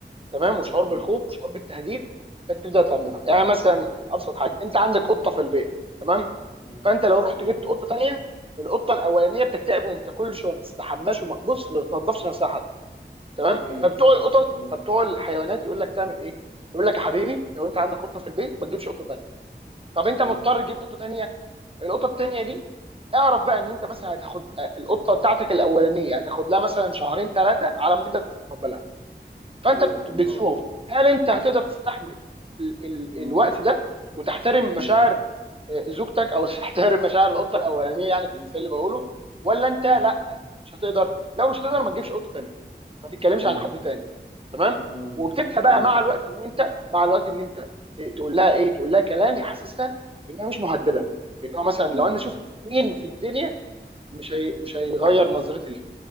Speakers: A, on the right; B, on the left.
A: تمام وشعور
B: مم.
A: بالخوف وشعور بالتهديد فانت تبدا تطمنها يعني
B: مم.
A: مثلا ابسط حاجه انت عندك قطه في البيت تمام
B: مم.
A: فانت لو رحت
B: مم.
A: جبت قطه تانيه القطه الاولانيه بتكتئب وما بتاكلش وما بتستحماش وما بص ما بتنضفش نفسها حتى تمام
B: ايوه
A: فبتوع القطط
B: مم.
A: فبتوع الحيوانات يقول لك تعمل ايه؟ يقول لك يا حبيبي لو انت عندك قطه في البيت
B: مم.
A: ما تجيبش قطه تانيه طب انت
B: مم.
A: مضطر تجيب قطه تانيه القطه التانيه دي اعرف بقى ان انت مثلا هتاخد آه، القطه بتاعتك الاولانيه هتاخد لها مثلا شهرين ثلاثه على ما تقدر تتقبلها فانت
B: ايوه
A: بت-
B: فهمت
A: بتشوف
B: قصدك
A: هل انت هتقدر تستحمل ال ال
B: مم.
A: الوقت ده وتحترم
B: مم.
A: مشاعر آه، زوجتك او <laughs> تحترم مشاعر القطه الاولانيه يعني في المثال اللي بقوله ولا انت
B: مم.
A: لا مش هتقدر لو مش
B: مم.
A: هتقدر ما تجيبش قطه تانيه ما تتكلمش
B: مم.
A: عن حد تاني تمام
B: مم.
A: وبتبدا بقى
B: ايوه
A: مع الوقت ان انت مع الوقت ان انت ت- تقول لها ايه تقول لها كلام يحسسها
B: مم.
A: انها مش مهدده
B: مم.
A: يعني هو مثلا
B: مم.
A: لو انا شفت مين في الدنيا مش هي... مش هيغير
B: مم.
A: نظرتي ليك